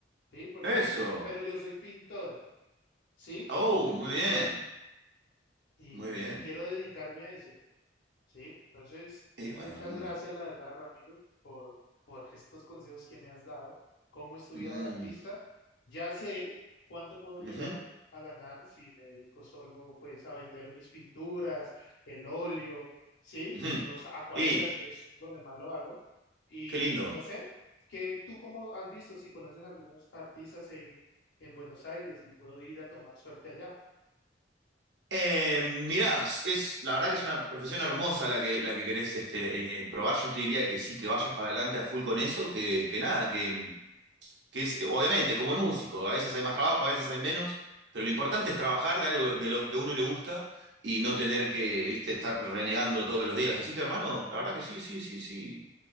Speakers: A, on the left; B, on the right.
A: ¿sí? Porque
B: Eso.
A: pues yo, pero yo soy pintor, ¿sí?
B: Oh,
A: Yo soy
B: muy
A: pintor
B: bien,
A: y
B: muy bien.
A: quiero dedicarme a eso. Sí, entonces
B: Y
A: muchas
B: bueno, hermano.
A: gracias, la verdad, Ramiro, por, por estos consejos que me has dado. ¿Cómo es tu vida
B: Mm,
A: de artista? Ya sé cuánto puedo llegar
B: ujú,
A: a ganar si me dedico solo pues a vender mis pinturas, el óleo, sí,
B: ujú.
A: los acuarelas,
B: Y,
A: que es donde más lo hago. Y
B: qué lindo.
A: no sé, que tú cómo has visto si conoces algunos artistas en, en Buenos Aires y puedo ir a tomar suerte allá.
B: Eh, mirá, es, la verdad que es una profesión hermosa la que, la que querés este, eh, probar. Yo te diría que sí, que vayas para adelante a full con eso, que, que nada, que, que es, obviamente, como el músico, a veces hay más trabajo, a veces hay menos, pero lo importante es trabajar de algo de lo que a uno le gusta y no tener que, viste, estar renegando todos los días. Así que, hermano, la verdad que sí, sí, sí, sí,